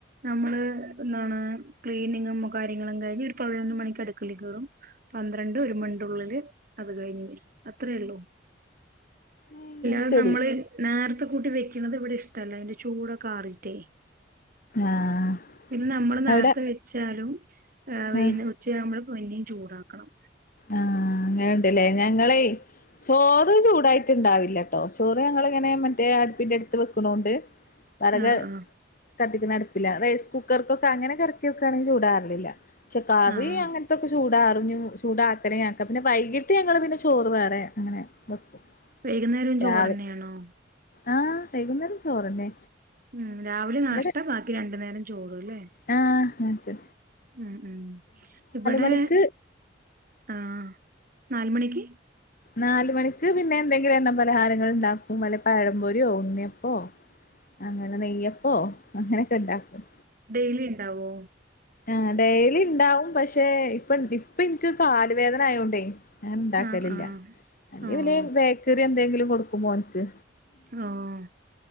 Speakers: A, on the right; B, on the left.
A: നമ്മള് എന്താണ് ക്ലീനിങ്ങും കാര്യങ്ങളും കഴിഞ്ഞ് ഒരു പതിനൊന്ന് മണിക്ക് അടുക്കള്ളേ കേറും പന്ത്രണ്ട് ഒരു മണിന്റെള്ളില് അത് കഴിഞ്ഞ് വരും അത്രള്ളൂ
B: ഏഹ് അത്
A: പ്പം
B: ശരി
A: നമ്മള് നേർത്തെ കൂട്ടി വെക്ക്ണത് ഇവിടെ ഇഷ്ടല്ല അതിന്റെ ചൂടൊക്കാറിട്ടേ
B: ആഹ്
A: പിന്നെ നമ്മള് നേർത്തെ
B: അവിടെ
A: വെച്ചാലും ആ വെയ്
B: ആഹ്
A: ച്ചയാവുമ്പോ പിന്നിം ചൂടാക്കണം
B: ആഹ് ങ്ങനെണ്ട്ലെ ഞങ്ങളേയ് ചോറ് ചൂടായിട്ട്ണ്ടാവില്ല ട്ടോ ചോറ് ഞങ്ങളിങ്ങനെ മറ്റേ അട്പ്പിന്റെട്ത്ത് വെക്ക്‌ണോണ്ട്
A: <inaudible>
B: വെറക്
A: ആഹ്
B: കത്തിക്കുന്നട്പ്പില്ല റൈസ് കുക്കർക്കൊക്കെ അങ്ങനൊക്കെ ർക്കിക്കാണെങ്കി ചൂടാറലില്ല ക്ഷേ കറി
A: ആഹ്
B: അങ്ങൻതൊക്കെ ചൂടാറും, ഞ്ഞി ചൂടാക്കണെ ആക്ക, പിന്നെ വൈകിട്ട് ഞങ്ങള് പിന്നെ ചോറ് വേറെ അങ്ങനെ വെക്കും
A: വൈകുന്നേരും ചോറന്നേണോ
B: രാവിലെ ആഹ് വൈകുന്നേരും ചോറന്നെ
A: ഉം രാവിലെ നാഷ്ത്ത
B: ഇവിടെ
A: ബാക്കി രണ്ടു നേരം ചോറ് ലേ
B: ആഹ് അതെ
A: മ് മ് ഇവിടെ
B: മണിക്ക്
A: ആഹ് നാല് മണിക്ക്
B: നാല മണിക്ക് പിന്നെ എന്തെങ്കിലും എണ്ണ പലഹാരങ്ങൾ ഇണ്ടാക്കും വല്ല പഴംപൊര്യോ ഉണ്യപ്പോ അങ്ങനെ നെയ്യപ്പോ അങ്ങനൊക്കെ ഇണ്ടാക്കും
A: ഡെയിലി ഇണ്ടാവോ
B: ഏഹ് ഡെയ്‌ലി ണ്ടാവും പഷെ ഇപ്പൊ ഇപ്പൊ ൻക്ക് കാല് വേദന ആയോണ്ടേ ഞാൻ ഇണ്ടാക്കലില്ല
A: ആഹ് ആഹ് ഓഹ്
B: ഇല്ലേ ബേക്കറി എന്തെങ്കിലും കൊടുക്കും മോന്ക്ക്
A: ആഹ്